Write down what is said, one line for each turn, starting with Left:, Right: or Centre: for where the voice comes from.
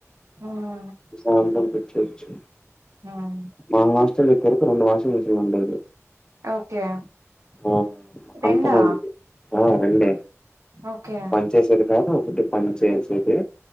Right: హ్మ్.
Left: ప్రశాంతంగా కూర్చోవచ్చు
Right: ఉమ్మ్
Left: మా హాస్టల్ ఒక్కరుకు రెండు వాషింగ్ మిషన్లు ఉండేది
Right: ఓకే
Left: ఆ
Right: రెండా?
Left: అంత మందికి ఆ రెండే
Right: ఓకే
Left: ఇచ్చేసేది కాదు ఒకటి పని చేసేదే